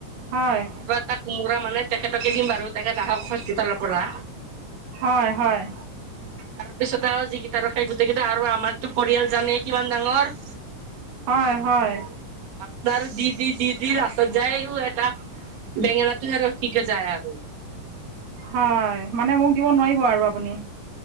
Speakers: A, on the right; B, on the right.
A: হয়
B: তাক কোমোৰা মানে তেখেতকে দিম বাৰু তেখেত আহক হস্পিিতালৰ পৰা
A: হয় হয়
B: তাৰপিছত আৰু যিকিটা ৰখে গোটেই কেইটা আৰু আমাৰতো পৰিয়াল জানে কিমান ডাঙৰ
A: হয় হয়
B: আপোনাৰ দিদি দিদি লাষ্টত যায়ও এটা বেঙেনাটোোহেৰ শিকে যায় আৰু
A: হয়, মানে মোক দিব নোৱাৰিব আৰু আপুনি।